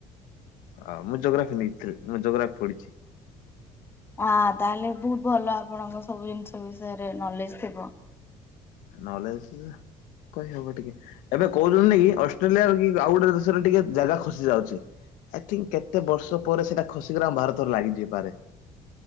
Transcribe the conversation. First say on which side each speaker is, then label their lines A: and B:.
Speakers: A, on the left (about 80°); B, on the left (about 15°).
A: ଅ ମୁଁ ଜୋଗ୍ରାଫି ନେଇଥିଲି, ମୁଁ ଜୋଗ୍ରାଫି ପଢିଛି।
B: ହଁ ତାହେଲେ ବହୁତ ଭଲ ଆପଣଙ୍କ ସବୁ ଜିନିଷ ବିଷୟରେ ନଲେଜ ଥିବ।
A: ନଲେଜ କହିହବ ଟିକେ। ଏବେ କହୁଛନ୍ତି କି ଅ ଅଷ୍ଟ୍ରେଲିଆ ର କି ଆଉ ଗୋଟେ ଦେଶରେ ଟିକେ ଜାଗା ଖସି ଯାଉଛି। ଆଇ ଥିଙ୍କ କେତେ ବର୍ଷ ପରେ ସେଇଟା ଖସିିକ ଆମ ଭାରତରେ ଲାଗଯିବପାରେ